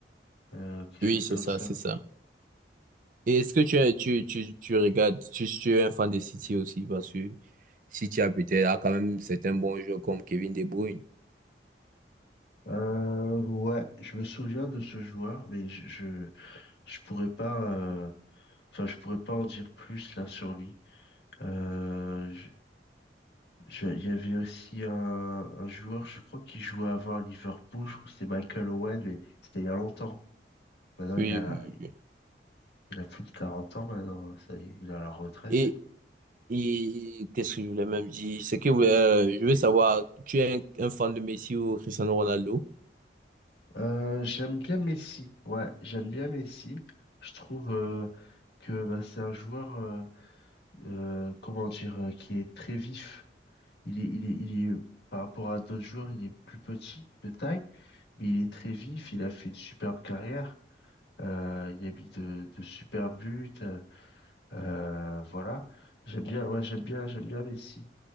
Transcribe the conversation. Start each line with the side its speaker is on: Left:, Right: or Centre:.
Left: euh, quelque chose
Right: Oui, c'est
Left: comme
Right: ça,
Left: ça.
Right: c'est ça. Et est-ce que tu, es- tu, tu, tu regardes, tu, tu es un fan de City aussi, parce que City a peut-être a quand même certains bons joueurs comme Kevin De Bruyne.
Left: Euh, ouais, je me souviens de ce joueur, mais je, je, je pourrais pas, euh, enfin, je pourrais pas en dire plus là sur lui. Euh, Je- Il y avait aussi un, un joueur, je crois, qui jouait avant à Liverpool, je crois que c'est Michael Owen, mais c'était il y a longtemps. Maintenant,
Right: Oui,
Left: il a, la-
Right: oui, oui.
Left: il a plus de 40 ans maintenant, hein, ça y est, il a la retraite.
Right: Et, et qu'est-ce que je voulais même dire? C'est que euh, je veux savoir, tu es un, un fan de Messi ou Cristiano Ronaldo?
Left: Euh, j'aime bien Messi, ouais, j'aime bien Messi. Je trouve euh, que bah, c'est un joueur, euh, euh, comment dire, euh, qui est très vif. Il est, il est, il est, par rapport à d'autres joueurs, il est plus petit de taille, mais il est très vif, il a fait une superbe carrière. Euh, il y a mis de, de super buts. Euh, voilà. J'aime bien, ouais, j'aime bien, j'aime bien Messi.